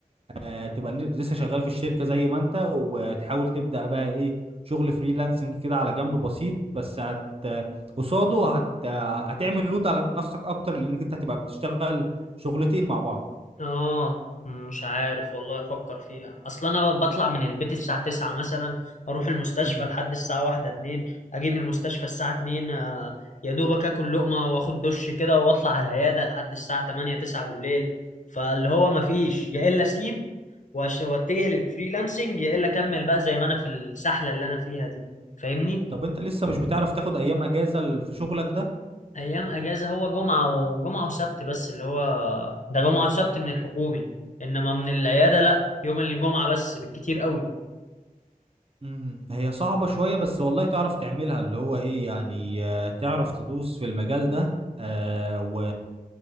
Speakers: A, on the right; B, on the left.
A: آه تبقى ن- لسه شغال في الشركة زي ما انت وتحاول تبدأ بقى ايه شغل فريلانسنج كده على جنب بسيط بس هت قصاده هت هتعمل لود على نفسك اكتر لانك انت هتبقى بتشتغل شغلتين مع بعض
B: اه مش عارف والله افكر فيها اصل انا ب- بطلع من البيت الساعة 9 مثلا اروح المستشفى
A: إمم.
B: لحد الساعة 1 2 اجي من المستشفى الساعة 2 آه، يا دوبك اكل لقمة واخد دش كده واطلع على العيادة لحد الساعة 8 9 بالليل فاللي هو مفيش يا الا اسيب وأش- واتجه للفريلانسنج يا الا اكمل بقى زي ما انا في السحلة اللي انا فيها دي فاهمني
A: طب انت لسه مش بتعرف تاخد ايام اجازة ال- في شغلك ده
B: ايام اجازه هو جمعه وجمعه وسبت بس اللي هو ده جمعه وسبت من الحكومي انما من العياده لا يوم الجمعه بس بالكتير قوي
A: امم هي صعبة شوية بس والله تعرف تعملها اللي هو ايه يعني آه، تعرف تدوس في المجال ده آه و